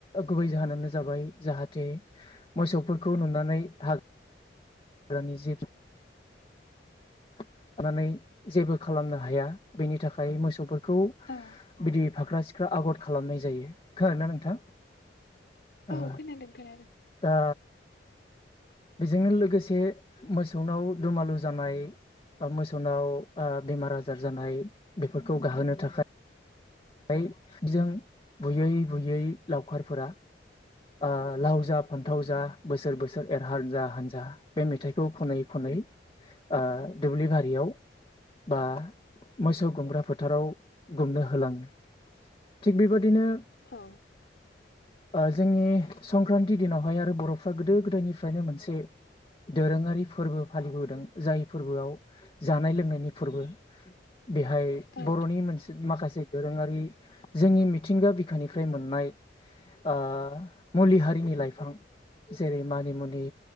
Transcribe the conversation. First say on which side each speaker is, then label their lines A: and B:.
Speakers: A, on the left; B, on the left.
A: गुबै जाहोनानो जाबाय जाहाथे मोसौफोरखौ नुनानै हा ग्रानि जिब नुनानै जेबो खालामनो हाया। बेनि थाखाय मोसौफोरखौ
B: औ
A: बिदि फाख्रा-सिख्रा आगर खालामनाय जायो। खोदोंना नोंथां
B: औ!
A: ओ
B: खोनादों खोनादों।
A: दा बेजोंनो लोगोसे मोसौनाव दुमालु जानाय, बा मो सौनाव बेमार-आजार जानाय बेफोरखौ गाहोनो थाखाय बिनिखाय जों बुयै बुयै लावखारफोरा आ लाव जा फान्थाव जा बोसोर बोसोर एर हान्जा हान्जा बे मेथाइखौ खनै खनै आ दुब्लि बारियाव बा मोसौ गुमग्रा फोथाराव गुमनो होलाङो। थिग बेबादिनो
B: औ
A: आ जोंनि संक्रान्ति दिनावहाय आरो बर'फ्रा गोदो गोदायनिफ्रायनो मोनसे दोरोङारि फोरबो फालिबोदों जाय फोरबोआव जानाय लोंनायनि फोरबो। बेहाय
B: औ
A: बर'नि मोनसे माखासे दोरोङारि जोंनि मिथिंगा बिखानिफ्राय मोननाय ओ मुलि हारिनि लाइफां जेरै मानिमुनि,